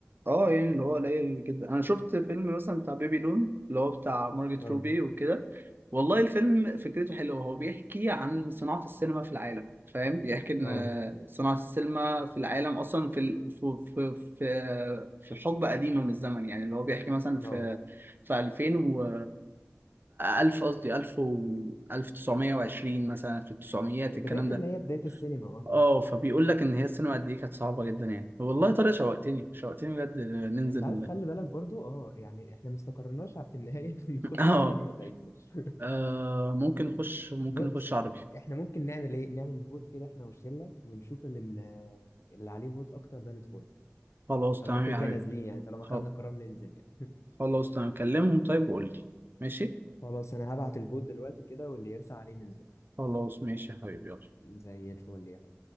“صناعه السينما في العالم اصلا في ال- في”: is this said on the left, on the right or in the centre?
Right